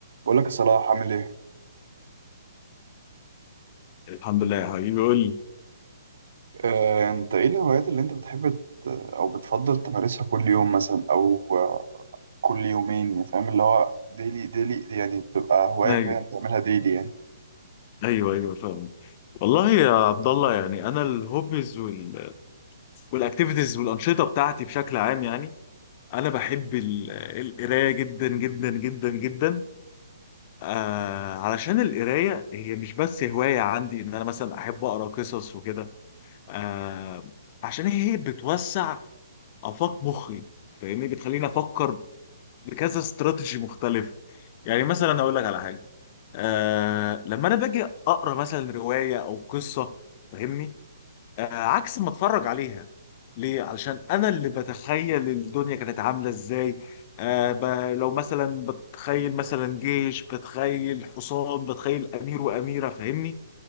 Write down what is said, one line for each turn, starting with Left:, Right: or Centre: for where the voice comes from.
Right: بقول لك يا صلاح عامل ايه
Left: الحمد لله يا حبيبي قول لي
Right: آه، انت ايه الهوايات اللي انت بتحب ت- او بتفضل تمارسها كل يوم مثلا او آه، كل يومين يعني فاهم اللي هو ديلي ديلي يعني تبقى هواية
Left: أيوه
Right: كده انت تعملها ديلي يعني
Left: أيوه أيوه فاهم والله يا عبد الله يعني أنا الهوبيز وال... والأكتيفيتيز والأنشطة بتاعتي بشكل عام يعني أنا بحب ال- القراية جدا جدا جدا جدا آه علشان القراية هي مش بس هواية عندي إن أنا مثلا أحب أقرأ قصص وكده آه عشان هي بتوسع آفاق مخي فاهمني بتخليني أفكر بكذا استراتيجي مختلف يعني مثلا أقول لك على حاجة آه لما انا باجي اقرا مثلا روايه او قصه فاهمني آه عكس ما اتفرج عليها ليه علشان انا اللي بتخيل الدنيا كانت عامله ازاي آه ب... لو مثلا بتخيل مثلا جيش بتخيل حصان بتخيل امير واميره فاهمني